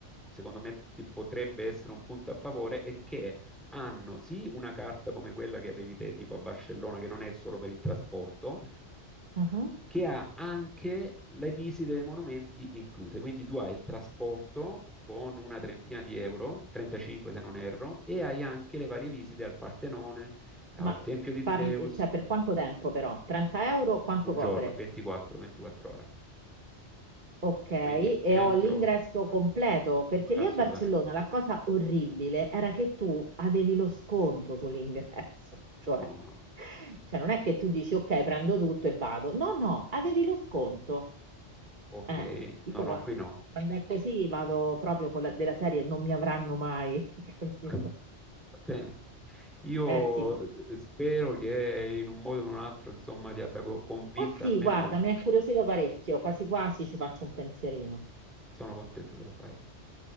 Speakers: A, in the centre; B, on the right.
A: secondo me ti potrebbe essere un punto a favore è che hanno sì una carta come quella che avevi te, tipo a Barcellona, che non è solo per il trasporto,
B: Mhm.
A: che ha anche le visite dei monumenti incluse. Quindi tu hai il trasporto con una trentina di euro, 35 se non erro, e hai anche le varie visite al Partenone, al
B: Ma
A: Tempio di
B: parli-
A: Zeus,
B: cioè, per quanto tempo però? 30 euro quanto
A: un
B: copre?
A: giorno, 24, 24 ore.
B: Ok, e
A: Quindi entro,
B: ho l'ingresso completo,
A: sì,
B: perché
A: assolutamente.
B: lì a Barcellona la cosa orribile era che tu avevi lo sconto sull'ingresso, <laughs> cioè,
A: No, no,
B: cioè non è che tu dici ok, prendo tutto e vado. No, no, avevi lo sconto.
A: ok,
B: Eh, io
A: no, no,
B: qua-
A: qui no.
B: quando è così vado proprio con la, della serie, non mi avranno mai, <laughs> capito?
A: <laughs> Va bene. Io
B: Eh sì,
A: eh, spero che in un modo o in un altro, insomma, ti abbia co- convinta,
B: ma sì,
A: almeno
B: guarda, mi ha incuriosito parecchio, quasi quasi ci faccio un pensierino.
A: sono contento se lo fai.